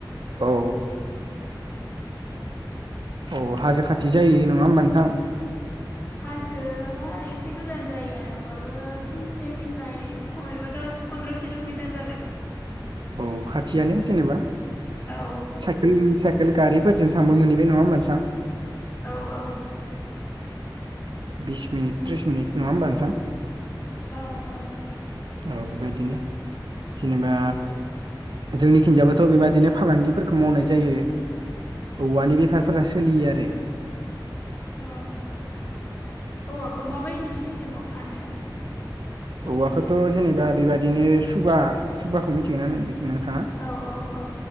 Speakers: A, on the right (about 70°); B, on the left (about 25°).
A: औ औ हाजो खाथि जायो नङा होमबा नोंथां
B: हाजोआ एसे गोजान जायो आरो होमबाबो जोंनिफ्राय खमैबा दस पन्द्र किल'मिटार जागोन
A: औ खाथियानो जेनेबा
B: औ
A: साइकेल साइकेल गारिफोरजों थांबा मोनहैबाय नङा होमबा नोंथां
B: औ औ
A: बिस मिनिट त्रिस मिनिट नङा होमबा नोंथां
B: औ औ
A: औ बेबायदिनो जेनेबा जोंनि थिंजाबोथ' बेबायदिनो फालांगि फोरखौ मावनाय जायो औवानि बेफारफोरा सोलियो आरो
B: अ औवाखौ माबायदि सिस्टेमाव फानो
A: औवाखौथ' जेनेबा बेबादिनो सुबा सुबाखौ मिथिगोना नोंथाङा
B: औ औ औ